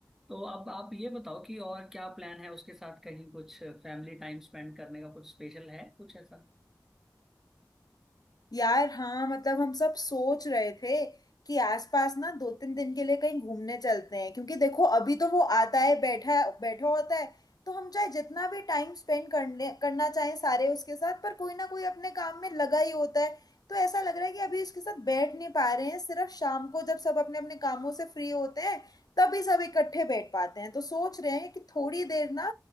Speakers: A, in the centre; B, on the left.
A: तो अब आप ये बताओ कि और क्या प्लान है उसके साथ कहीं कुछ फैमिली टाइम स्पेंड करने का कुछ स्पेशल है कुछ ऐसा
B: यार हाँ मतलब हम सब सोच रहे थे कि आसपास ना दो तीन दिन के लिए कहीं घूमने चलते हैं क्योंकि देखो अभी तो वो आता है बैठा बैठा होता है तो हम चाहे जितना भी टाइम स्पेंड करने करना चाहें सारे उसके साथ पर कोई ना कोई अपने काम में लगा ही होता है तो ऐसा लग रहा है कि अभी उसके साथ बैठ नहीं पा रहे हैं सिर्फ शाम को जब सब अपने अपने कामों से फ्री होते हैं तभी सब इकट्ठे बैठ पाते हैं तो सोच रहे हैं कि थोड़ी देर ना